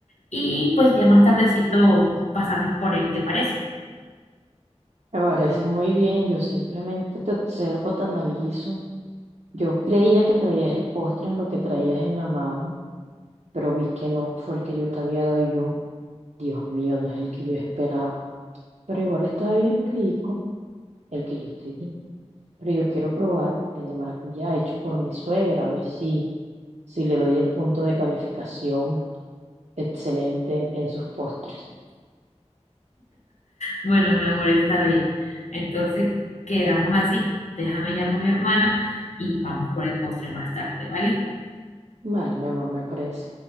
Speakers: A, on the left; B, on the right.
A: Y pues ya más tardecito pasamos por él, ¿te parece?
B: parece muy bien, yo simplemente te observo, te analizo. Yo creía que traías el postre en lo que traías en la mano, pero vi que no fue el que yo te había dado y yo. Dios mío, no es el que yo esperaba. Pero igual estaba bien rico el que yo te di. Pero yo quiero probar el de maracuyá hecho por mi suegra, a ver si, si le doy el punto de calificación. excelente en sus postres.
A: Bueno, mi amor, está bien. Entonces quedamos así. Déjame llamo a mi hermana y vamos por el postre más tarde, ¿vale?
B: Vale, mi amor, me parece.